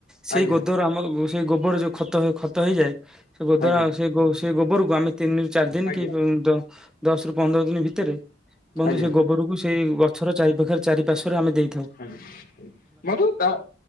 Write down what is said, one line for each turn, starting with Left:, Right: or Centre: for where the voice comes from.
Centre: ସେଇ
Left: ଆଜ୍ଞା
Centre: ଗୋଦର ଗୋବର ଆମର ସେଇ ଗୋବର ଯେଉଁ ଖତ ଖତ ହେଇଯାଏ। ସେ ଗୋଦର
Left: ଆଜ୍ଞା
Centre: ସେ ସେ ଗୋବରକୁ ଆମେ ତିନିରୁ ଚାରି ଦିନ
Left: ଆଜ୍ଞା
Centre: କି ଦଶ ରୁ ପନ୍ଦର ଦିନ ଭିତରେ ବନ୍ଧୁ
Left: ଆଜ୍ଞା
Centre: ସେ ଗୋବରକୁ ସେଇ ଗଛର ଚାରି ପାଖରେ ଚାରି ପାଶ୍ୱରେ ଆମେ ଦେଇ
Left: ଆଜ ବନ୍ଧୁ ତା